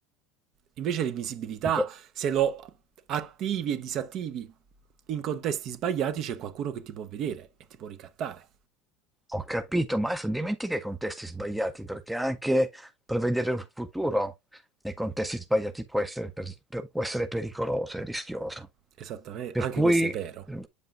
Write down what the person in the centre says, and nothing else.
Ho ca-
ho capito, ma adesso dimentica i contesti sbagliati, perché anche prevedere il futuro nei contesti sbagliati può essere, per- per- può essere pericoloso e rischioso.
Per
cui,
eh,